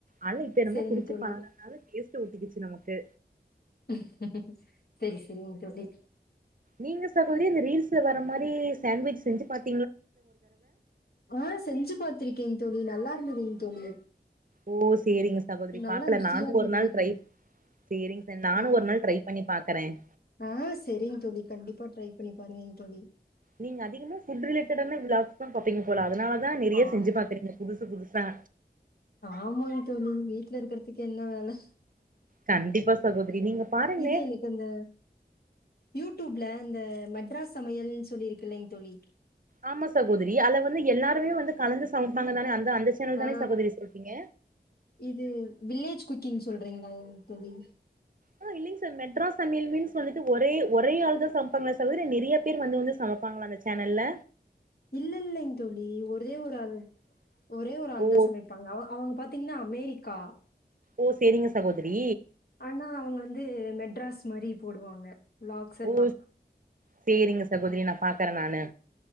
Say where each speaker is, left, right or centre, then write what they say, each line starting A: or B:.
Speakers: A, on the right; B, on the left.
A: அல இப்ப என்னமோ
B: செரிங்
A: குடிச்சி
B: தோழி
A: பழகதனால டேஸ்ட் ட்டு ஊத்திக்குச்சு நமக்கு
B: ஹ்ம் செரி செரிங் தோழி
A: நீங்க சகோதரி இந்த ரீல்ஸ்ல வர மாரி சாண்ட்விச் செஞ்சு பாத்
B: ஆ செஞ்சு பாத்திருக்கேன் தோழி இது நல்லா இருந்ததுங் தோழி
A: ஓ செரிங்க சகோதரி
B: நல்லா
A: பாக்கலா
B: ருசியா
A: நானும்
B: இருந்ததுங்
A: ஒரு நாள்
B: தோழி
A: ட்ரை சரிங்க சார் நானும்
B: ஆ
A: ஒரு நாள் ட்ரை பண்ணி பாக்குறேன்
B: ஆ செரிங் தோழி கண்டிப்பா ட்ரை பண்ணி பாருங்க தோழி
A: நீங்க அதிகமா ஃபுட் ரிலேட்டடான விளாக்ஸ் பாப்பீங்க போல அதனால தான் நெறைய
B: ஆ
A: செஞ்ச பாத்திருக்கங்க புதுசு புதுசு ஹா
B: ஆமாங் தோழி வீட்ல இருக்குறதுக்கு என்ன வேல
A: கண்டிப்பா சகோதிரி நீங்க பாருங்க
B: இது எனக்கு அந்த யூடியூப்ல இந்த மெட்ராஸ் சமையல்னு சொல்லி இருக்குங்கால தோழி
A: ஆமா சகோதரி அதுல வந்து எல்லாருமே வந்து கலந்து சமைப்பாங்க தானே அந்த அந்த சேனல்
B: ஆ
A: தானே சகோதரி சொல்றீங்க
B: இது வில்லேஜ் குக்கிங் சொல்றீங்களா தோழி
A: ஆஹ இல்லைங்க சார் மெட்ராஸ் சமையல் மீன்ஸ் வந்துட்டு ஒரே ஒரே ஆள் தான் சமைப்பாங்களா சார் நிறைய பேர் வந்து வந்து சமைப்பாங்களா அந்த சேனல்ல
B: இல்ல இல்லைங்க் தோழி ஒரே ஒரு ஆள் ஒரே ஒரு ஆள்
A: ஓ
B: தான் சமைப்பாங்க அவங்க பாத் பாத்தீங்கன்னா அமெரிக்கா
A: ஓ சேரிங்க சகோதிரி
B: ஆனா அவங்க வந்து மெட்ராஸ் மாரி போடுவாங்க விளாக்ஸ் எல்லா
A: ஓ சேரிங்க சகோதரி நான் பாக்குறேன் நானு